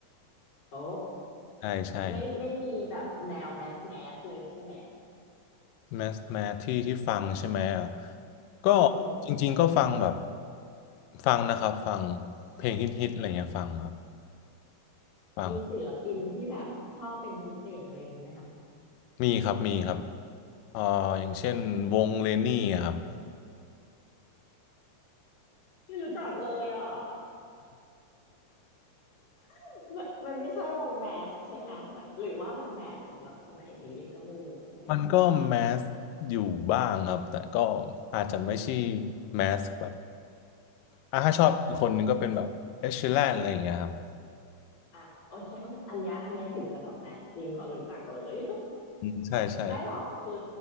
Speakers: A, on the left (about 45°); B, on the left (about 85°).
A: โอ้
B: ใช่ใช่ครับ
A: ไม่ไม่มีแบบแนวแมสแมสเลยใช่ไหม
B: แมสแมสที่ที่ฟังใช่ไหมอ่ะก็
A: อืม
B: จริงๆก็ฟังแบบฟังนะครับฟังเพลงฮิตๆอะไรเงี้ยฟังครับฟัง
A: มีศิลปินที่แบบชอบเป็นพิเศษอะไรอย่างเงี้ยไหมคะ
B: มีครับมีครับเอ่ออย่างเช่นวงเลนนี่ครับ
A: ไม่รู้จักเลยอ่ะ <laughs> มันมันไม่ใช่วงแมสใช่ไหมมันหรือว่ามันแมสสำหรับสมัยนี้เลยก็ไม่รู้เหมือนกัน
B: มันก็แมสอยู่บ้างครับแต่ก็อาจจะไม่ใช่แมสแบบอ่ะถ้าชอบอีกคนนึงก็เป็นแบบเอชแลนอะไรอย่างเงี้ยครับ
A: อ่ะโอเคอันเนี้ยอันเนี้ยถึงจะแบบแมสจริงพอรู้จักเลย
B: อืมใช่ใช่
A: ไม่หรอกคือ